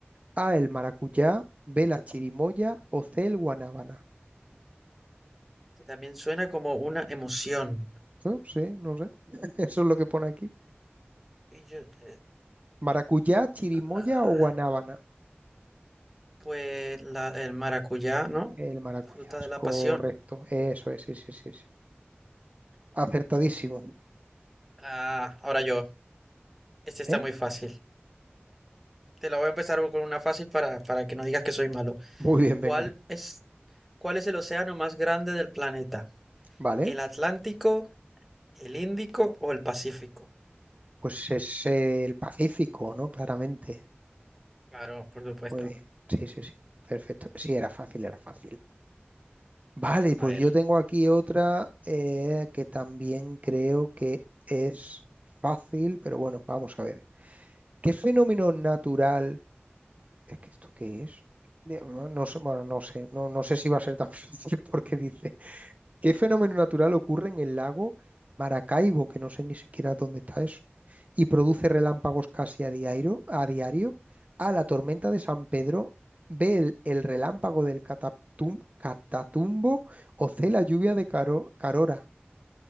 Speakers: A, on the right; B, in the centre.
A: A, el maracuyá, B, la chirimoya o C, el guanábana.
B: Que también suena como una emoción.
A: No sé, no sé. <laughs> Eso es lo que pone aquí.
B: Y yo, eh,
A: Maracuyá, chirimoya
B: la-
A: o guanábana.
B: pues la, el maracuyá, ¿no?
A: El maracuyá,
B: Fruta
A: es
B: de
A: correcto.
B: la pasión.
A: Eso es, sí, sí, sí, sí. Acertadísimo.
B: Ah, ahora yo. Este está
A: ¿eh?
B: muy fácil. Te la voy a empezar con una fácil para, para que no digas que soy malo.
A: Muy bien,
B: ¿Cuál
A: venga.
B: es, cuál es el océano más grande del planeta?
A: Vale,
B: ¿El Atlántico, el Índico o el Pacífico?
A: pues es eh, el Pacífico, ¿no? Claramente.
B: Claro, por supuesto.
A: Muy bien. Sí, sí, sí. Perfecto. Sí, era fácil, era fácil. Vale, pues
B: A a ver.
A: yo tengo aquí otra eh, que también creo que es fácil, pero bueno, vamos a ver. ¿Qué fenómeno natural? Es que esto qué es? De- No no sé, bueno, no sé, no, no sé si va a ser tan <laughs> fácil porque dice, ¿Qué fenómeno natural ocurre en el lago Maracaibo, que no sé ni siquiera dónde está eso, y produce relámpagos casi a diario? A diario? A la tormenta de San Pedro, ve el, el relámpago del Catatum- Catatumbo o C la lluvia de Caro- Carora.